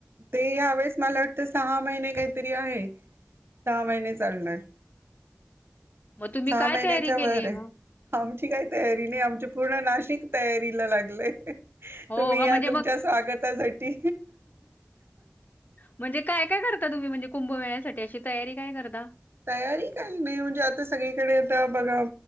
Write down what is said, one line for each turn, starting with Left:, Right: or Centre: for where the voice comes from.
Right: ते यावेळेस मला वाटतं सहा महिने काहीतरी आहे. सहा महिने चालणार
Left: मग तुम्ही
Right: सहा
Left: काय
Right: महिन्याच्या
Left: तयारी केलीये
Right: वर आहे.
Left: मग?
Right: हा काही तयारी नाही, आमची पूर्ण नाशिक तयारीला लाग लय.
Left: हो
Right: तुम्ही
Left: का
Right: या
Left: म्हणजे
Right: तुमच्या
Left: मग
Right: स्वागतासाठी
Left: म्हणजे काय काय करता तुम्ही म्हणजे कुंभमेळ्यासाठी अशी तयारी काय करता?
Right: तयारी काही नाही म्हणजे आता सगळीकडे आता बघा